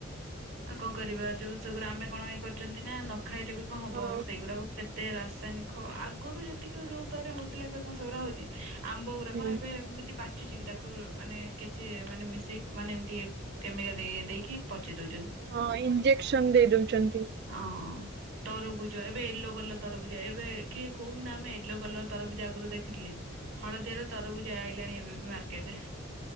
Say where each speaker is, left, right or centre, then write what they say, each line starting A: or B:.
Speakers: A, on the right; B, on the right.
A: ଆଉ କଣ କରିବା ଯୋଉ ସେଗୁରାଆ ଆମେ କଣଇ କରିଛନ୍ତି ନା ନ ଖାଇଲେ ବି କଣ ହବ
B: ହଁ
A: ସେଇଗୁଡାକୁ କେତେ ରାସାୟନିକ ଆଗରୁ ଯେତିକି ଯୋଉ ଉପାୟରେ ହଉଥିଲା ଏବେ କଣ ସେଉରାଆ ହଉଛି। ଆମ୍ବ ଗୁୁରା
B: ହୁଁ
A: କଣ ଏବେ ଏମିତି ପାଚୁଛି କି ତାକୁ ମାନେ କିଛି ମାନେ ମିଶେଇକି ମାନେ ଏମିତି କେମିିକାଲ ଦେଇ ଦେଇକି ପଚି ଦଉଛନ୍ତି।
B: ହଁ ଇଞ୍ଜେକ୍ସନ ଦେଇ ଦଉଛନ୍ତି।
A: ଅଂ। ତରଭୁଜ ଏବେ ୟେଲୋ କଲର ତରଭୁଜ ଏବେ କିଏ କହୁନୁ ଆମେ ୟେଲୋ କଲର ତରଭୁଜ ଆଗରୁ ଦେଖିଥିଲେ? ହଳଦିଆର ତରଭୁଜ ଆଇଲାଣି ଏବେ ବେ ମାର୍କେଟ